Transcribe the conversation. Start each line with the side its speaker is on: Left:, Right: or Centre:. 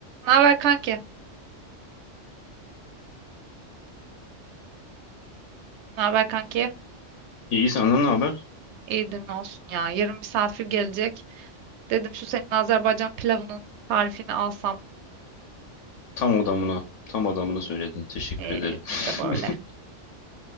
Right: Ne haber kanki? Ne haber kanki?
Left: İyi senden ne haber?
Right: İyidir ne olsun ya. Yarın misafir gelecek. Dedim şu senin Azerbaycan pilavının tarifini alsam.
Left: Tam adamına, tam adamını söyledin. Teşekkür
Right: Ee,
Left: ederim.
Right: biz de böyle.
Left: <laughs>